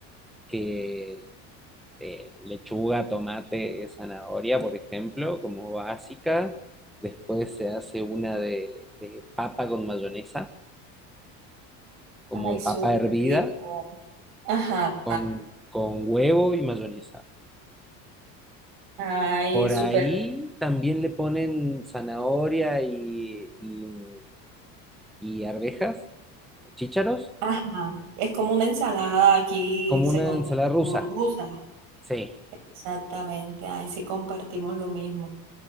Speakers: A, in the centre; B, on the right (about 75°).
A: que eh, lechuga, tomate, zanahoria, por ejemplo, como básica. Después se hace una de, de papa con mayonesa, como
B: Ay, súper
A: papa hervida,
B: rico. Ajá.
A: con, con huevo y mayonesa.
B: Ay,
A: Por
B: súper.
A: ahí también le ponen zanahoria y, y, y arvejas, chícharos,
B: Ajá. Es como una ensalada aquí,
A: como
B: se
A: una
B: con
A: ensalada rusa.
B: como rusa.
A: Sí,
B: Exactamente. Ay, sí compartimos lo mismo.